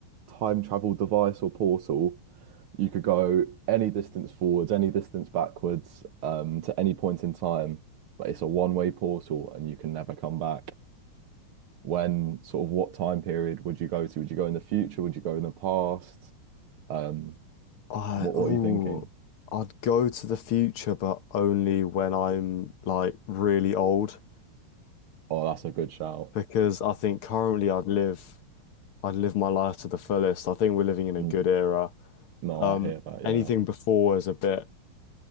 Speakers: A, on the right; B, on the left.
A: time travel device or portal, you could go any distance forwards, any distance backwards, um, to any point in time, but it's a one-way portal and you can never come back. When sort of what time period would you go to? Would you go in the future? Would you go in the past? Um,
B: Mm.
A: what
B: I
A: what
B: ooh,
A: are you thinking?
B: I'd go to the future, but only when I'm like really old,
A: Oh, that's a good shout.
B: because I think currently I'd live I'd live my life to the fullest. I think we're living in a
A: Mm.
B: good era.
A: No,
B: Um,
A: I hear that, yeah.
B: anything before is a bit